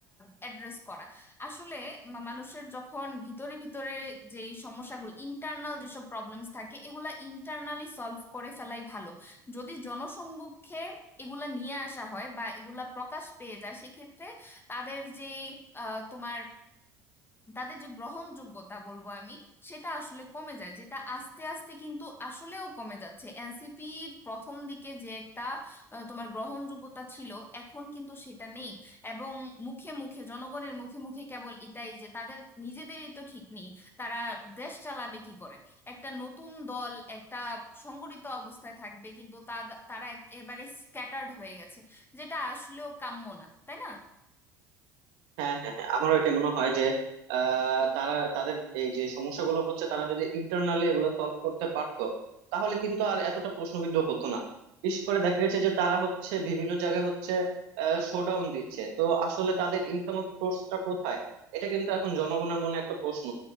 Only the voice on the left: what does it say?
অ্যাড্রেস করা আসলে মা- মানুষের যখন ভিতরে ভিতরে যে সমস্যাগুলো ইন্টারনাল যেসব প্রবলেমস থাকে এগুলা ইন্টারনালি সলভ করে ফেলাই ভালো যদি জনসম্মুখে এগুলা নিয়ে আসা হয় বা এগুলা প্রকাশ পেয়ে যায় সেক্ষেত্রে তাদের যেই আহ, তোমার তাদের যে গ্রহণযোগ্যতা বলবো আমি সেটা আসলে কমে যায় যেটা আস্তে আস্তে কিন্তু আসলেও কমে যাচ্ছে এনসিপির প্রথম দিকে যে একটা আহ, তোমার গ্রহণযোগ্যতা ছিল এখন কিন্তু সেটা নেই এবং মুখে মুখে জনগণের মুখে মুখে কেবল এটাই যে তাদের নিজেদেরই তো ঠিক নেই তারা দেশ চালাবে কি করে একটা নতুন দল একটা সংগঠিত অবস্থায় থাকবে কিন্তু তা তারা একেবারে স্ক্যাটার্ড হয়ে গেছে যেটা আসলেও কাম্য না তাই না